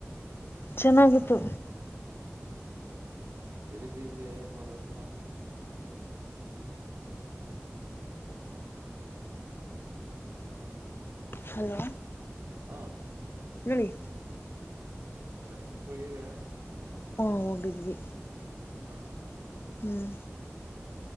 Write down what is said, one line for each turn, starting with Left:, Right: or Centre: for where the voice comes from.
Left: ಚೆನ್ನಾಗಿತ್ತು
Right: ಬೆಳಿಗ್ಗೆಯಿಂದ ಏನೇನ್ ಮಾಡಿದ್ರಪ್ಪಾ
Left: ಹಲೋ
Right: ಹಾ,
Left: ಹೇಳಿ
Right: ಕೆಲ್ಸಕ್ ಹೋಗಿದ್ಯಾ.
Left: ಹ ಹೋಗಿದ್ವಿ.
Right: ಹಾ,
Left: ಹ್ಮ್.